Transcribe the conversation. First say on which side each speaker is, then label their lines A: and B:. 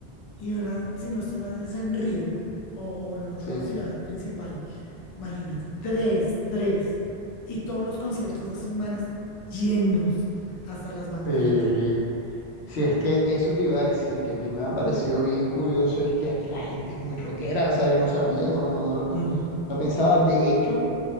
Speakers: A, on the left; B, on the left.
A: y una, si no estoy mal, es en Río o, o en otra
B: Sí,
A: ciudad principal. Imagínate, tres, tres. Y todos los conciertos de estos manes llenos hasta las banderas.
B: sí. Si es que eso te iba a decir, que aquí me ha parecido bien curioso, es que aquí la gente es muy rockera, o sea, yo no sabía, no, no me lo pen-
A: Mm,
B: no pensaba, de hecho,